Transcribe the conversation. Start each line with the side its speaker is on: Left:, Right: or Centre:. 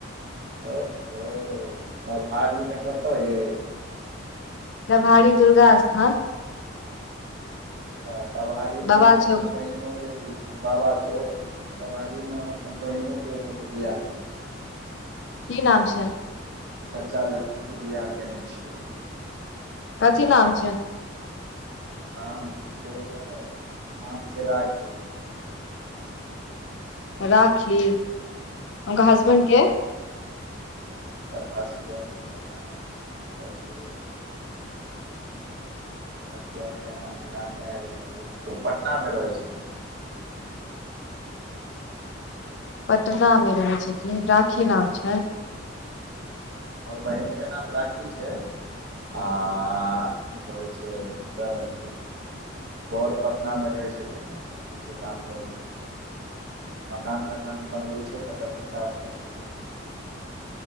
Right: ओ हो डभारी मे कतऽ यइ?
Left: डभाड़ी दुर्गा स्थान।
Right: अच्छा डभारी
Left: बाबा
Right: में हम अपन
Left: चौक
Right: बहिनो <unintelligible> बाबा चौक डभारीमे हम अपन बहिनोके एगोके बियाह केने छी।
Left: की नाम छैन?
Right: चच्चा लड़की के बियाह केने छियै।
Left: कथी नाम छै?
Right: नाम की छै ओकर नाम छै राखी।
Left: राखी आ उनका हसबेंड के?
Right: ओकर हसबेंड के नाम किछ त छै ओकर हसबेंड के नाम ध्यान नै आइब रहल यै ओ पटना मे रहै छथिन।
Left: पटना मे रहै छथिन राखी नाम छैन।
Right: हमर बहिन के नाम राखी छै आ की कहै छै हुनकर अथी बर पटनामे रहै छथिन अथीके काम करै छथिन मकान तकान बनबै छै तकर ठीका अथी सब लै <unintelligible>